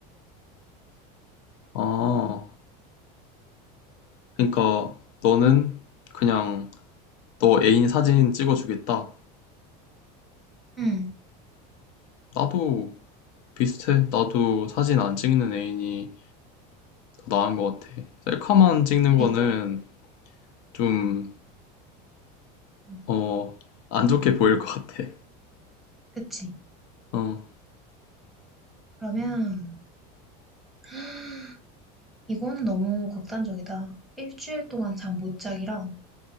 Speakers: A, on the left; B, in the centre.
A: 아, 그러니까 너는 그냥 너 애인 사진 찍어주겠다.
B: 응.
A: 나도 비슷해. 나도 사진 안 찍는 애인이 더 나은 것 같아. 셀카만 찍는
B: 그리고,
A: 거는 좀,
B: 음,
A: 어, 안 좋게 보일 것 같아.
B: 그치.
A: 어.
B: 그러면, <gasps> 이거는 너무 극단적이다. 일주일 동안 잠 못 자기랑